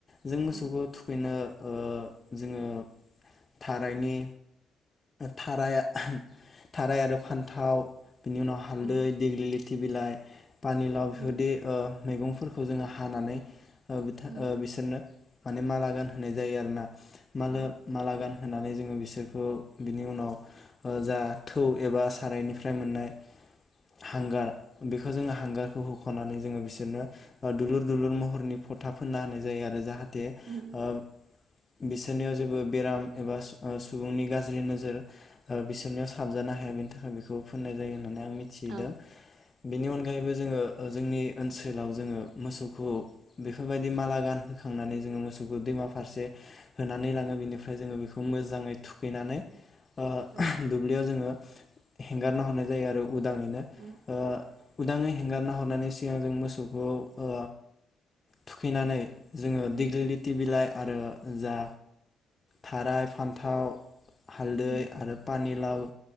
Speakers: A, on the left; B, on the right.
A: जों मोसौखौ
B: औ
A: थुखैनो ओ जोङो थारायनि थाराया थाराय आरो फान्थाव बिनि उनाव हालदै
B: औ
A: देग्लि थि बिलाइ पानिलाव बेफोरबादि
B: उम
A: ओ मैगंफोरखौ जोङो हानानै <unintelligible>
B: उम
A: बिसोरनो माने माला गानहोननाय जायो आरो ना। माने
B: औ
A: मालागानहोनानै जोङो बिसोरखौ बिनि उनाव ओ जा थौ एबा सारायनिफ्राय मोननाय हांगार बेखौ जोङो हांगारखौ होख'नानै जोङो बिसोरनो दुलुर दुलुर महरनि फथा फोनना होनाय जायो आरो जाहा <unintelligible>
B: उम
A: बिसोरनियाव जेबो बेराम एबा सुबुंनि गाज्रि नोजोर ओ बिसोरनियाव साबजानो हाया बेनि थाखाय बेखौ फोननाय जायो नो होननानै आं मिथिहबोदों
B: औ
A: बेनि अनगायैबो जोङो जोंनि ओनसोलाव जोङो मोसौखौ बेफोरबायदि माला गान होखांनानै जोङो मोसौखौ दैमा फारसे होनानै लाङो बेनिफ्राय जोङो बेखौ मोजाङै थुखैनानै ओ
B: औ
A: दुब्लियाव जोङो हेंगारना हरनाय जायो आरो उदाङैनो
B: औ
A: ओ उदाङै एङगारना हरनायनि सिगां जों मोसौखौ ओ थुखैनानै जोङो
B: उम
A: दिग्लि लिथि बिलाइ आरो जा थाराय फान्थाव हालदै
B: उम
A: आरो पानि लाव